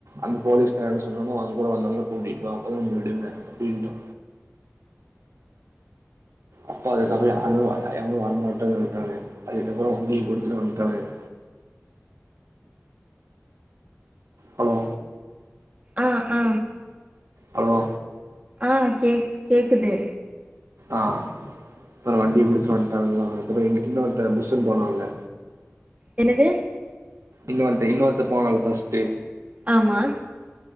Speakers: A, on the right (about 70°); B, on the right (about 30°).
A: அந்த போலீஸ்கார் என்ன சொன்னானோ அங் கூட வந்தவ்ங்ள கூட்டிட் வா அப்பதா உன்ன விடுவ அப்டின்ட்டா அப்ப அதுக்கப்புறோ யாருமேவ ஏங்கூட வரமாட்டேன்னு சொல்ட்டானுங்க அதுக்கப்புறோ வண்டிய குடுத்துட்டு வந்ட்டானுங்க ஹலோ
B: அ அ
A: ஹலோ
B: ஆ கேக் கேக்குது
A: அ ப்பற வண்டிய குடுத்துட்டு வந்ட்டானுங்களா அதுக்கப்புற எங் இன்னொருத்த புஸ்ஸூனு போனால்ல
B: என்னது
A: இன்னொருத்த இன்னொருத்த போனால்ல ஃபஸ்ட்டு
B: ஆமா